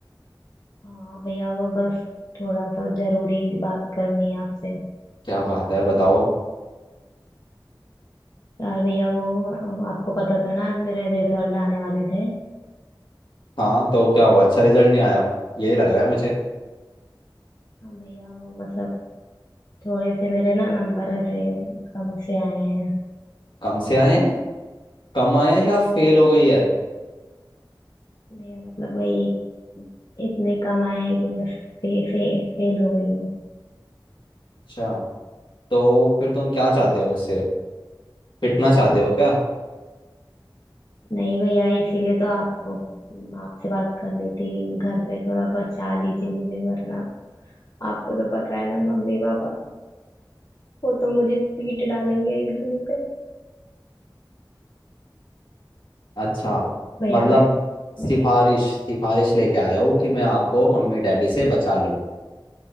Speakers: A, on the left; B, on the left.
A: हाँ भैया वो बस थोड़ा सा जरूरी बात करनी है आपसे
B: क्या बात है बताओ
A: यार भैया वो अ, आपको पता था ना आज मेरे रिजल्ट आने वाले थे
B: हाँ तो क्या हुआ अच्छा रिजल्ट नहीं आया यही लग रहा है मुझे
A: हाँ भैया वो मतलब थोड़े से मेरे ना नंबर ऐसे कम से आए हैं
B: कम से आए हैं? कम आया है या फेल
A: हाँ मतलब
B: हो गई है
A: भैया मतलब वही इतने कम आए हैं कि मैं फे, फे, फेल हो गई हूँ
B: अच्छा तो फिर तुम क्या चाहते हो मुझसे पिटना चाहते हो क्या
A: नहीं भैया इसीलिए तो आपको आपसे बात करनी थी घर पे थोड़ा बचा लीजिए मुझे वरना आपको तो पता है ना मम्मी पापा वो तो मुझे पीट डालेंगे एकदम से
B: अच्छा
A: भैया
B: मतलब
A: मैं मैं
B: सिफारिश
A: क्या
B: सिफारिश लेके आए हो कि मैं आपको मम्मी डैडी से बचा लूँ